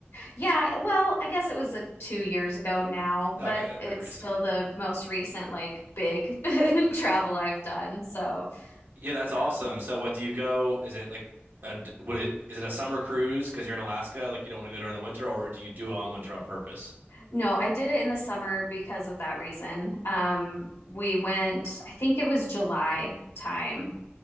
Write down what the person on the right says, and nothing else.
Okay,
that's
pretty recent.
Yeah, that's
awesome. So what do you go? Is it like a d- what i- is it a summer cruise because you're in Alaska, like you don't want to go during the winter, or do you do it on winter on purpose?